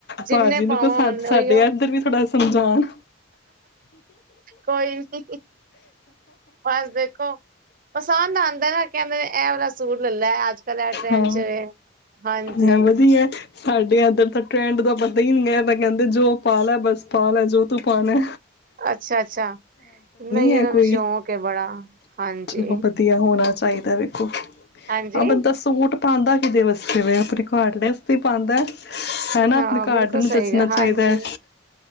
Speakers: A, on the right; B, on the left.
A: ਜਿੰਨੇ
B: ਭਾਜੀ ਨੂੰ
A: ਪਾਵਾਂ
B: ਕੋ ਸਾ
A: ਓਨੇ
B: ਸਾਡੇ
A: ਉਹੀਓ
B: ਐਦਰ ਵੀ ਥੋੜਾ ਸਮਝਓਣ
A: ਕੋਈ ਨੀ ਬਸ ਦੇਖੋ, ਪਸੰਦ ਆਂਦਾ ਐਨਾ ਕੇਂਦੇ ਨੇ ਐ ਵਾਲਾ ਸੂਟ ਲੇ ਲੈ ਅੱਜ ਕੱਲ ਐ ਟ੍ਰੈਂਡ
B: ਹਾਂ
A: ਚ ਏ, ਹਾਂਜੀ।
B: ਮੈਂ ਵਧੀਆ ਸਾਡੇ ਐਧਰ ਤਾ ਟਰੈਂਡ ਦਾ ਪਤਾ ਈ ਨੀ। ਐ ਤੇ ਕੈਂਦੇ ਜੋ ਪਾ ਲੈ ਬਸ ਪਾ ਲੈ ਜੋ ਤੂੰ ਪਾਨੈ।
A: ਅੱਛਾ ਅੱਛਾ, ਨਈ
B: ਹੈ
A: ਏਨਾਂਨੂੰ
B: ਕੋਈ
A: ਸ਼ੌਕ ਏ ਬੜਾ। ਹਾਂਜੀ
B: ਚਲੋ ਵਧੀਆ, ਹੋਣਾ ਚਾਈਦਾ ਵੇਖੋ।
A: ਹਾਂਜੀ
B: ਹਾਂ ਬੰਦਾ ਸੂਟ ਪਾਂਦਾ ਕਿਦੇ ਵਾਸਤੇ ਦੇ। ਅਪਨੇ ਘਾਰਆਲੈ ਅਸਤੇ ਪਾਂਦਾ ਐ। ਹੈਨਾ,
A: ਹਾਂ
B: ਅਪਨੇ ਘਾਰਡ
A: ਬਿਲਕੁਲ
B: ਨੂੰ
A: ਸਹੀ
B: ਦੱਸਨਾ
A: ਗ ਹਾਂਜੀ
B: ਚਾਈਦਾ ਐ।